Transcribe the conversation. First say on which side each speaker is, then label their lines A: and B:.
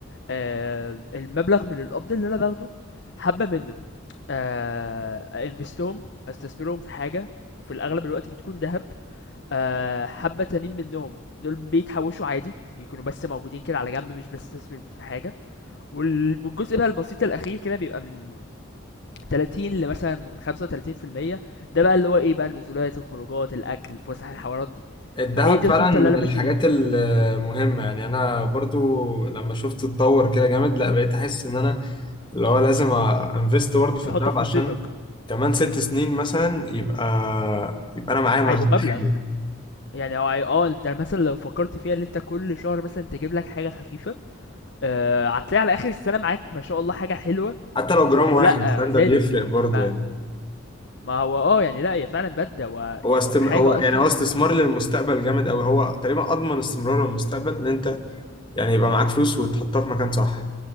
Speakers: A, on the left; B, on the left.
A: آه، المبلغ من القبض اللي انا باخده حبه منه آه، انفستهم استثمرهم في حاجه وفي الاغلب الوقت بتكون ذهب آه حبة تانيين منهم دول بيتحوشوا عادي بيكونوا بس موجودين كده على جنب مش بستثمر في حاجة وال- والجزء بقى البسيط الأخير كده بيبقى من 30 لمثلا 35% ده بقى اللي هو ايه بقى النزولات الخروجات الأكل الفسح الحوارات دي
B: الذهب
A: فهي دي
B: فعلا
A: الخطة
B: من
A: اللي أنا
B: الحاجات
A: ماشي بيها
B: المهمه يعني انا برضو لما شفته اتطور كده جامد لا بقيت احس ان انا اللي هو لازم انفست برضه في
A: تحط
B: الدهب
A: في
B: عشان
A: خطتك
B: كمان
A: امم
B: ست سنين مثلا يبقى يبقى انا معايا مخزون
A: هيبقوا مبلغ
B: حلو
A: يعني هو هي- اه انت مثلا لو فكرت فيها ان انت كل شهر مثلا تجيب لك حاجة خفيفة آه هتلاقي على آخر السنة معاك ما شاء الله حاجة حلوة
B: حتى لو
A: و...
B: جرام واحد
A: ولا آه،
B: فاهم
A: زادت
B: ده بيفرق برضه
A: ما
B: يعني
A: ما هو آه يعني لأ هي فعلًا بدلة هو يعني
B: هو استم...
A: كحاجة
B: هو يعني
A: أصلًا
B: هو استثمار للمستقبل جامد قوي هو تقريبا اضمن استمرار للمستقبل ان انت يعني يبقى معاك فلوس وتحطها في مكان صح